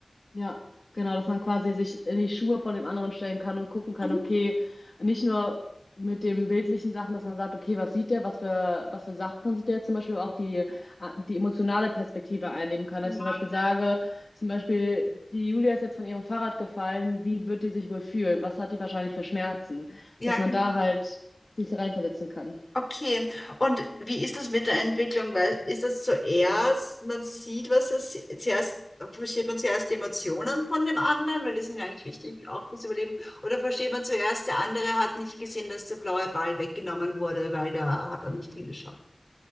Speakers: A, on the left (about 60°); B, on the left (about 35°).
A: Ja, genau, dass man quasi sich in die Schuhe von dem anderen stellen kann und gucken kann,
B: Mhm.
A: okay, nicht nur mit den bildlichen Sachen, dass man sagt, okay, was sieht der, was für, was für Sachen sieht der jetzt zum Beispiel auch die, ah, die emotionale Perspektive einnehmen kann.
B: Ja,
A: Dass ich zum Beispiel sage,
B: ja,
A: zum Beispiel, die Julia ist jetzt von ihrem Fahrrad gefallen, wie wird die sich wohl fühlen? Was hat die wahrscheinlich für Schmerzen?
B: ja,
A: Dass man
B: genau.
A: da halt sich reinversetzen kann.
B: Okay, und wie ist das mit der Entwicklung? Weil ist das zuerst, man sieht, was es zuerst, versteht man zuerst die Emotionen von dem anderen, weil die sind ja eigentlich wichtig auch fürs Überleben, oder versteht man zuerst, der andere hat nicht gesehen, dass der blaue Ball weggenommen wurde, weil da hat er nicht hingeschaut.